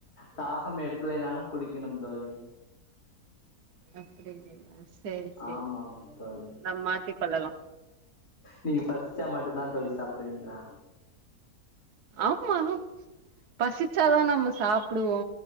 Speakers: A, on the left (about 80°); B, on the right (about 80°).
A: தாகம் எடுக்கலைனாலு குடிக்கணும் தோழி
B: அப்படிங்களா சேரி சேரி
A: ஆமா தோழி
B: நம் மாத்திக் கொள்ளலாம்
A: நீங்க பசிச்சா மட்டு தா தோழி சாப்டுவீங்களா
B: ஆமா பசிச்சாதா நம்ம சாப்டுவோ